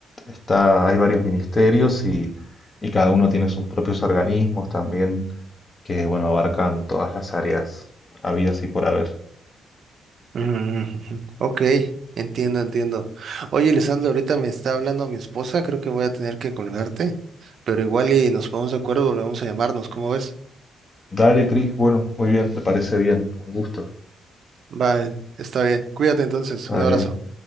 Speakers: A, on the left; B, on the right.
A: Está, hay varios ministerios y, y cada uno tiene sus propios organismos también que, bueno, abarcan todas las áreas habidas y por haber.
B: Mm, <laughs> ujú. Ok, entiendo, entiendo. Oye, Lisandro, ahorita me está hablando mi esposa, creo que voy a tener que colgarte, pero igual y nos ponemos de acuerdo, volvemos a llamarnos, ¿cómo ves?
A: Dale, Cris, bueno, muy bien, me parece bien, un gusto.
B: Vale, está bien. Cuídate entonces.
A: Dale,
B: Un abrazo.